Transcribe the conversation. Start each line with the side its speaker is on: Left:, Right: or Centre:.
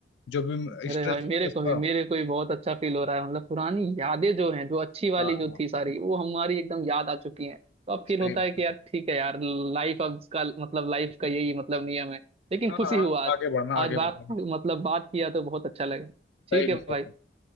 Left: जो भी
Right: अरे
Left: स्ट्रेस
Right: भाई मेरे को
Left: था
Right: भी मेरे को भी बहुत अच्छा फील हो रहा है मतलब पुरानी यादें जो हैं जो अच्छी वाली
Left: हाँ
Right: जो
Left: हाँ
Right: थी सारी वो हमारी एकदम याद आ चुकी हैं तो अब फील
Left: सही
Right: होता
Left: रहता
Right: है कि यार
Left: है
Right: ठीक है यार लाइफ अब का मतलब लाइफ का यही मतलब नियम है लेकिन
Left: हाँ
Right: खुशी
Left: हाँ,
Right: हुआ आज
Left: आगे बढ़ना
Right: आज
Left: आगे
Right: बात
Left: बढ़ना
Right: मतलब बात किया तो बहुत अच्छा लगा ठीक
Left: सही
Right: है
Left: में
Right: भाई
Left: सही में।